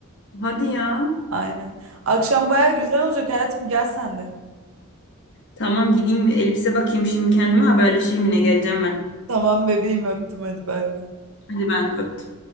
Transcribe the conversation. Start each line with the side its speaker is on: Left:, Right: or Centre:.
Left: Hadi ya.
Right: Aynen. Akşam bayağı güzel olacak hayatım gel sen de.
Left: Tamam gideyim bir elbise bakayım şimdi kendime haberleşirim yine geleceğim ben.
Right: Tamam bebeğim öptüm hadi bay bay.
Left: Hadi ben de öptüm.